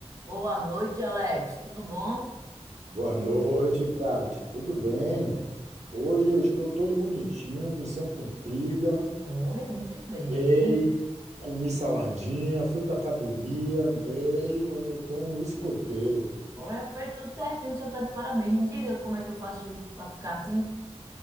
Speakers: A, on the right; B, on the right.
A: Boa noite, Alex. Tudo bom?
B: Boa noite, Kate. Tudo bem? Hoje eu estou todo bonitinho, missão cumprida.
A: Oi, muito bem.
B: Dei, comi saladinha, fui para academia, andei. Hoje eu estou um escoteiro.
A: Olha, foi tudo certinho, o senhor está de parabéns. Me diga como é que eu faço para ficar assim?